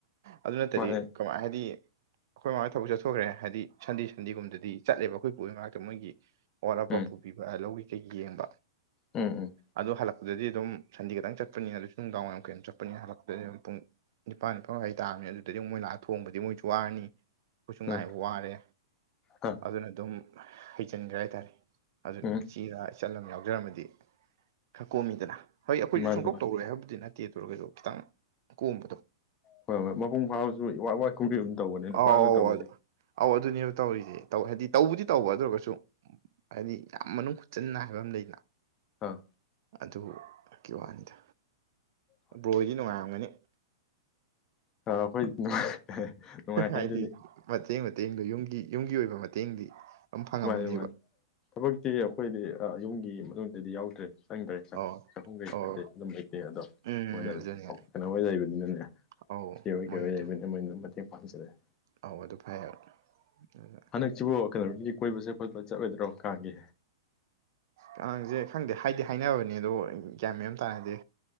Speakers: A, on the right; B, on the left.
A: ꯑꯗꯨ ꯅꯠꯇꯗꯤ
B: ꯃꯥꯅꯦ
A: ꯀꯃꯥꯏ ꯍꯥꯏꯗꯤ ꯑꯩꯈꯣꯏ ꯃꯥꯍꯣꯏ ꯊꯕꯛ ꯆꯠꯊꯣꯛꯈ꯭ꯔꯦ ꯍꯥꯏꯗꯤ ꯁꯟꯗꯦ ꯁꯟꯗꯦꯒꯨꯝꯗꯗꯤ ꯆꯠꯂꯦꯕ ꯑꯩꯈꯣꯏ ꯄꯨ ꯍꯣꯏ ꯃꯅꯥꯛꯇ ꯃꯣꯏꯒꯤ ꯑꯋꯥꯠ ꯑꯄꯥ
B: ꯎꯝ
A: ꯄꯨꯕꯤꯕ ꯂꯧꯒꯤ ꯀꯩꯒꯤ ꯌꯦꯡꯕ
B: ꯎꯝ ꯎꯝ
A: ꯑꯗꯣ ꯍꯜꯂꯛꯄꯗꯗꯤ ꯑꯗꯨꯝ ꯁꯟꯗꯦ ꯈꯛꯇꯪ ꯆꯠꯄꯅꯤꯅ ꯑꯗꯨ ꯅꯨꯡꯗꯥꯡ ꯋꯥꯏꯔꯝ ꯀꯩꯅꯣ ꯆꯠꯄꯅꯤꯅ ꯍꯜꯂꯛꯄꯗꯗꯤ ꯑꯗꯨꯝ ꯄꯨꯡ ꯅꯤꯄꯥꯟ ꯐꯧ ꯉꯥꯢ ꯇꯥꯕꯅꯤ ꯑꯗꯨꯗꯗꯒꯤ ꯃꯣꯏ ꯂꯥꯛ ꯊꯣꯡꯕꯁꯦ ꯃꯣꯏꯁꯨ ꯋꯥꯔꯅꯤ ꯑꯩꯈꯣꯏꯁꯨ
B: ꯎꯝ
A: ꯉꯥꯏꯕ ꯋꯥꯔꯦ
B: ꯑꯥ
A: ꯑꯗꯨꯅ ꯑꯗꯨꯝ ꯍꯩꯖꯤꯟꯈ꯭ꯔꯦ ꯍꯥꯏꯇꯥꯔꯦ ꯑꯗꯨ
B: ꯎꯝ
A: ꯏꯆꯦꯔ ꯏꯆꯥꯜꯂ ꯑꯃ ꯌꯥꯎꯖꯔꯝꯃꯗꯤ ꯈꯔ ꯀꯣꯝꯃꯤꯗꯅ ꯍꯣꯏ ꯑꯩꯈꯣꯏꯁꯨ
B: ꯃꯥꯅꯤ
A: ꯁꯨꯡꯇꯧ
B: ꯃꯥꯅꯤ
A: ꯇꯧꯔꯣꯏ ꯍꯥꯏꯕꯕꯨꯗꯤ ꯅꯠꯇꯦ ꯑꯗꯨ ꯑꯣꯏꯔꯒꯁꯨ ꯈꯤꯇꯪ ꯀꯣꯝꯕꯗ
B: ꯍꯣꯏ ꯍꯣꯏ ꯃꯄꯨꯡ ꯐꯥꯕꯁꯨ ꯏꯋꯥꯠ ꯋꯥꯠ ꯀꯨꯝ ꯀꯩꯒꯨꯝ ꯇꯧꯕꯅꯦ ꯅꯨꯄꯥꯅ
A: ꯑꯧ
B: ꯇꯧꯕꯁꯦ
A: ꯑꯧ ꯑꯗꯨꯅꯦꯕ ꯇꯧꯔꯤꯁꯦ ꯍꯥꯏꯗꯤ ꯇꯧꯕꯗꯤ ꯇꯧꯕ ꯑꯗꯨ ꯑꯣꯏꯔꯒꯁꯨ ꯍꯥꯏꯗꯤ ꯌꯥꯝ ꯃꯅꯨꯡ ꯍꯥꯛꯆꯤꯟꯅ ꯍꯥꯏꯕꯥꯃ ꯂꯩꯗꯅ
B: ꯑꯥ
A: ꯑꯗꯨꯀꯤ ꯋꯥꯅꯤꯗ
B: ꯍꯣꯏ
A: ꯕ꯭ꯔꯣꯍꯣꯏꯗꯤ
B: ꯍꯣꯏ
A: ꯅꯨꯡꯉꯥꯏꯔꯝꯒꯅꯤ
B: ꯑꯥ ꯑꯩꯈꯣꯏꯗꯤ ꯅꯨꯡꯉꯥꯢ ꯅꯨꯡꯉꯥꯏ ꯍꯥꯏꯗꯨꯢꯅꯤ
A: ꯍꯥꯏꯗꯤ ꯃꯇꯦꯡ ꯃꯇꯦꯡꯗꯨ ꯌꯨꯝꯒꯤ ꯌꯨꯝꯒꯤ ꯑꯣꯏꯕ ꯃꯇꯦꯡꯗꯤ ꯑꯗꯨꯝ ꯐꯪꯉꯝꯃꯅꯤꯕ
B: ꯃꯥꯅꯦ ꯃꯥꯅꯦ ꯊꯕꯛꯇꯤ ꯑꯩꯈꯣꯏꯗꯤ ꯌꯨꯝꯒꯤ ꯃꯅꯨꯡꯗꯗꯤ ꯌꯥꯎꯗ꯭ꯔꯦ ꯆꯪꯗ꯭ꯔꯦ ꯆꯪ
A: ꯑꯣ
B: ꯆꯥꯛꯈꯨꯝ ꯀꯩ
A: ꯑꯣ
B: ꯀꯗꯤ ꯑꯗꯨꯝ ꯂꯩꯇꯦ ꯑꯗꯣ
A: ꯎꯝ
B: ꯃꯣꯏꯅ
A: ꯑꯗꯨꯅꯦ
B: ꯀꯩꯅꯣ ꯍꯣꯏ ꯂꯩꯕꯅꯤꯅꯅꯦ
A: ꯑꯧ
B: ꯏꯆꯦ ꯍꯣꯏ ꯀꯩ
A: ꯃꯣꯏ
B: ꯍꯣꯏ
A: ꯑꯗꯨꯝ
B: ꯂꯩꯕꯅꯤꯅ ꯃꯣꯏꯅ ꯃꯇꯦꯡ ꯄꯥꯡꯁꯤꯟꯂꯛꯑꯦ
A: ꯑꯧ ꯑꯗꯨ ꯐꯩ ꯍꯥꯏꯕ ꯑꯗꯨꯅ
B: ꯅꯪꯁꯤꯕꯨ ꯀꯩꯅꯣꯒꯤ ꯀꯣꯏꯕ ꯆꯠꯄꯗꯣ ꯆꯠꯂꯣꯏꯗ꯭ꯔꯣ ꯀꯥꯡꯒꯤ
A: ꯀꯥꯡꯁꯦ ꯈꯪꯗꯦ ꯍꯥꯏꯗꯤ ꯍꯥꯏꯅꯕꯅꯦ ꯑꯗꯣ ꯒ꯭ꯌꯥꯟ ꯃꯦꯟ ꯑꯝ ꯇꯥꯗꯦ